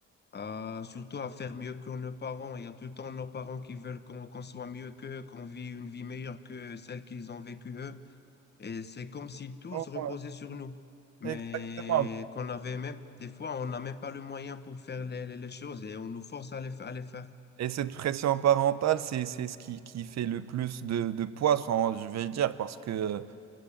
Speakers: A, on the left; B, on the right.
A: à- surtout à faire mieux que nos parents. Il y a tout le temps nos parents qui veulent qu'on qu'on soit mieux qu'eux, qu'on vive une vie meilleure que celle qu'ils ont vécue eux. Et c'est comme si tout
B: Ouais,
A: se reposait sur nous. Mais
B: Exactement.
A: qu'on avait même, des fois, on n'a même pas le moyen pour faire les, les- les choses et on nous force à les, fa- à les faire.
B: Et cette pression parentale, c'est, c'est ce qui, qui fait le plus de, de poids, sans- je vais dire, parce que,